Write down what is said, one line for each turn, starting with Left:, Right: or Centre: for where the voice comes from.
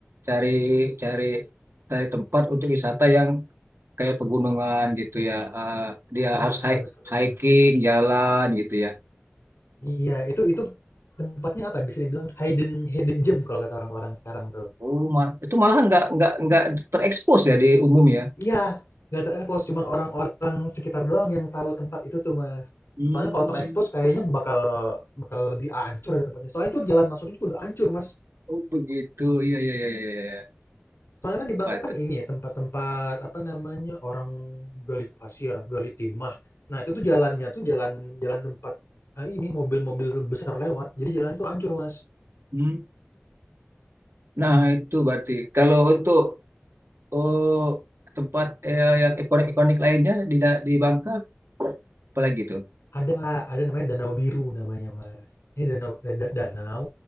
Right: cari cari cari tempat untuk wisata yang kayak pegunungan gitu ya. Ah, dia
Left: Iya
Right: harus hi-
Left: betul.
Right: hiking, jalan gitu ya.
Left: Iya itu itu tempatnya apa? ya, Bisa dibilang hidden hidden gem kalau kata orang-orang sekarang tuh.
Right: Oh, ma- itu malah nggak nggak nggak terekspos ya di umum ya.
Left: Iya, nggak terekspos, cuman orang-orang sekitar doang yang tahu tempat itu tuh, Mas.
Right: Hmm,
Left: Soalnya kalau terekspos kayaknya bakal bakal lebih hancur ya tempatnya. Soalnya itu jalan masuknya juga udah hancur, Mas.
Right: oh begitu. Iya iya iya iya. iya.
Left: Soalnya kan di Bangka
Right: Pak
Left: kan
Right: itu.
Left: ini ya tempat-tempat apa namanya orang gali pasir, gali timah. Nah itu tuh jalannya tuh jalan jalan tempat ah, ini mobil-mobil besar lewat. Jadi jalan itu hancur, Mas.
Right: Hmm. Nah itu berarti kalau untuk oh, tempat eh, yang ikonik-ikonik lainnya di da- di Bangka apalagi tuh?
Left: Ada ada namanya Danau Biru namanya, Mas. Ini danau da- da- danau